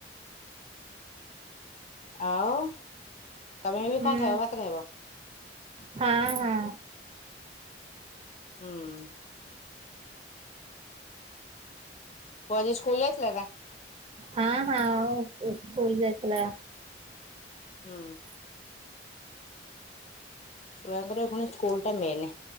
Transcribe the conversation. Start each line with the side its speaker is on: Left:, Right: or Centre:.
Left: ଆଉ ତମେ ଏବେ
Right: ହୁଁ
Left: କ'ଣ ଖାଇବ ଭାତ ଖାଇବ?
Right: ହଁ, ହଁ।
Left: ହୁଁ। ପୁଅ ଆଜି ସ୍କୁଲ୍ ଯାଇଥିଲା ନା?
Right: ହଁ, ହଁ, ଆଉ ସ୍କୁଲ ଯାଇଥିଲା।
Left: ହୁଁ। ଛୁଆଙ୍କର କ'ଣ ସ୍କୁଲ ଟା ମେନ୍।